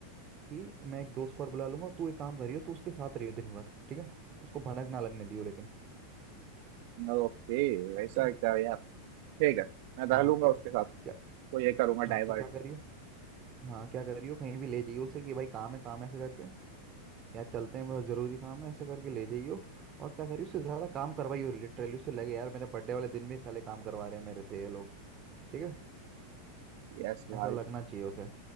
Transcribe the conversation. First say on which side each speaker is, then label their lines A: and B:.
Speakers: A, on the right; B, on the right.
A: कि मैं एक दोस्त को और बुला लूंगा तू एक काम करियो तू उसके साथ रहियो दिन भर ठीक है उसको भनक ना लगने दियो लेकिन
B: ओके वैसा
A: ठीक है
B: क्या यार ठीक है मैं टहलूंगा
A: हाँ क्या
B: उसके साथ
A: क्या
B: तो ये करूंगा
A: हाँ
B: डाइवर्ट
A: तो क्या करियो हाँ क्या कर रही हो कहीं भी ले जाइयो उसे कि भाई काम है काम है ऐसे करके या चलते हैं बहुत ज़रूरी काम है ऐसे करके ले जाइयो और क्या करियो उससे ज़्यादा काम करवाइयो लिटरली उसे लगे यार मेरे बर्थडे वाले दिन भी साले काम करवा रहे हैं मेरे से ये लोग ठीक है
B: यस भाई
A: ऐसा लगना चाहिए उसे